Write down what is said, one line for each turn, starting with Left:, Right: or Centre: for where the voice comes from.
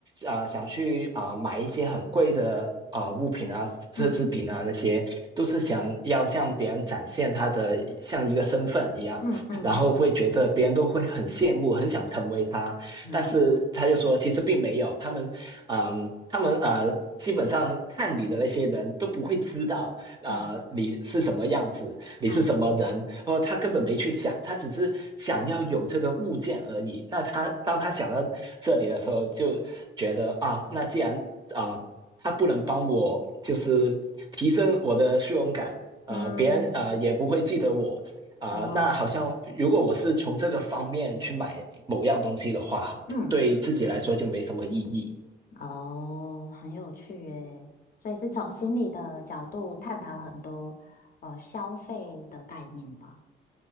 Right: 啊、呃想去啊、呃买一些很贵的啊、呃物品啊、奢侈品啊那些，
Left: 嗯
Right: 都是想要向别人展现他的像一个身份一样，
Left: 嗯嗯
Right: 然后会觉得别人都会很羡慕，很想成为他。
Left: 啊
Right: 但是他就说其实并没有，他们，嗯，他们呃，基本上看你的那些人都不会知道啊，
Left: 嗯
Right: 呃，你是什么样子，你是什么人，
Left: 啊
Right: 或者他根本没去想，他只是想要有这个物件而已。那他当他想到这里的时候，
Left: 嗯
Right: 就觉得啊，那既然啊、呃他不能帮我，就是提升我的虚荣感，呃，
Left: 嗯
Right: 别人呃也不会记得我。啊、
Left: 哦
Right: 那好像如果我是从这个方面去买某样东西的话，
Left: 嗯
Right: 对自己来说就没什么意义。
Left: 哦，很有趣耶。所以是从心理的角度探讨很多呃消费的概念吧。